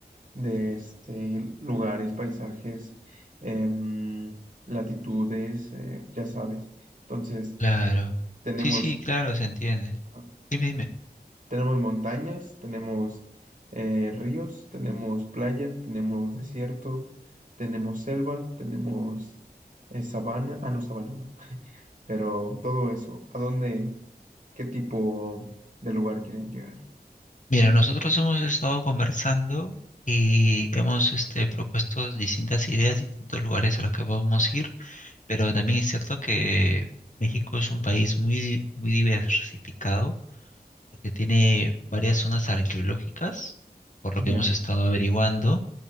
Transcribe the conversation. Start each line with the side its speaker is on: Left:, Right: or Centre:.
Right: de, este, lugares, paisajes, em, latitudes, eh, ya sabes. Entonces,
Left: Claro.
Right: tenemos,
Left: Sí, sí, claro, se entiende.
Right: ajá,
Left: Dime, dime.
Right: tenemos montañas, tenemos eh, ríos, tenemos playa, tenemos desierto, tenemos selva, tenemos eh, sabana. Ah, no, sabana no. Pero todo eso, ¿a dónde, qué tipo de lugar quieren llegar?
Left: Mira, nosotros hemos estado conversando y hemos este, propuesto distintas ideas, distintos lugares a los que podemos ir, pero también es cierto que México es un país muy, di- muy diversificado, porque tiene varias zonas arqueológicas, por lo
Right: Ya,
Left: que hemos
Right: ok.
Left: estado averiguando,